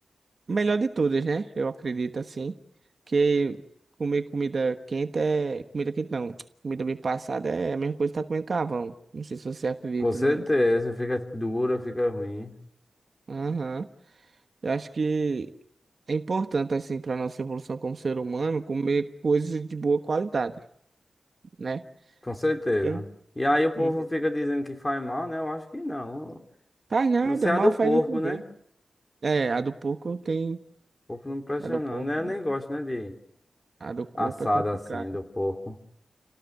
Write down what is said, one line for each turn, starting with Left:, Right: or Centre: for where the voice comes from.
Right: Melhor de todas, né? Eu acredito assim. Que comer comida quente é. Comida quente não. <tsk> Comida bem passada é a mesma coisa que tá comendo carvão. Não sei se você acredita.
Left: Com certeza,
Right: não-
Left: fica dura, fica ruim.
Right: Aham. Eu acho que é importante, assim, para nossa evolução como ser humano, comer coisas de boa qualidade, né?
Left: Com certeza.
Right: Que eu
Left: E aí o
Right: não
Left: povo
Right: não
Left: fica dizendo que faz mal, né? Eu acho que não.
Right: faz nada,
Left: Não sei a
Right: mal
Left: do
Right: faz
Left: porco,
Right: não comer.
Left: né?
Right: É, a do porco tem.
Left: Porco não presta
Right: A do
Left: não,
Right: porco.
Left: né? Eu nem gosto, né, de
Right: A do corpo
Left: assada
Right: é complicado.
Left: assim do porco.